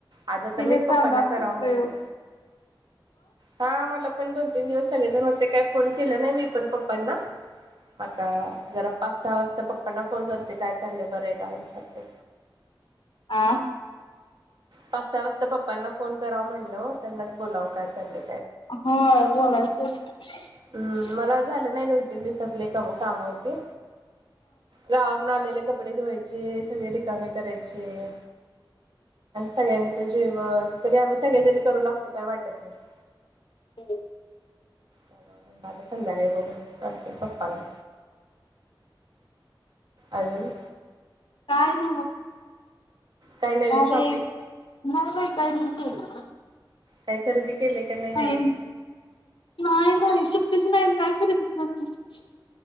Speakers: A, on the right (about 60°); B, on the left (about 70°).
A: आज आता
B: तिचे
A: मीच
B: चालू
A: पप्पांना
B: असतील
A: कराव म्हणलं
B: प्रयोग
A: हा मला पण दोन तीन दिवस सगळेजण होते. फोन केला नाही मी पण पप्पांना आता जरा पाच सहा वाजता पप्पांना फोन करते काय चाललंय बर आहे का विचारते.
B: आ
A: पाच सहा वाजता पप्पांना फोन कराव म्हणल त्यांनाच बोलावं काय चाललय
B: हा व्हय बोलायचं होत नाही.
A: हम्म मला झालं नाही दोन तीन दिवसात लय का काम होती. गावावरन आलेले कपडे धुवायचे सगळे रिकामे करायचीय् सगळ्यांचं जेवण तरी आम्ही सगळ सगळ्याजणी करू लागतो काय वाटत नाय <inaudible>
B: <unintelligible>
A: मग् म्हंटल आता संध्याकाळी बघू करते पप्पाना अजून
B: काय नव्ह!
A: काय नवीन
B: अरे
A: शॉपिंग
B: नाही बाई काही मी केले
A: काय खरेदी केलंय का नवीन
B: नाही नाही नाही सुट्टीच नाही काय आणि खरेदी करतीस